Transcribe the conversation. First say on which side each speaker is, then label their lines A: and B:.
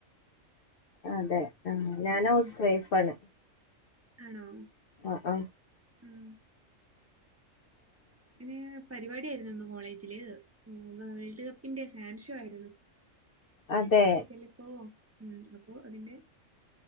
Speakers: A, on the left (about 60°); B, on the right (about 15°).
A: അതെ ആ ഞാൻ ഹൗസ്
B: ഉം
A: വൈഫ് ആണ്
B: ആണോ
A: അ ആ
B: ഉം
A: <inaudible>
B: <unintelligible> പരിപാടി ആയിരുന്നുന്ന് കോളേജില് വേൾഡ് കപ്പിന്റെ ഫാൻ ഷോ ആയിരുന്നു വേൾഡ്
A: അതെ
B: കപ്പ് ചെലപ്പോ ഉ അപ്പോ അതിന്റെ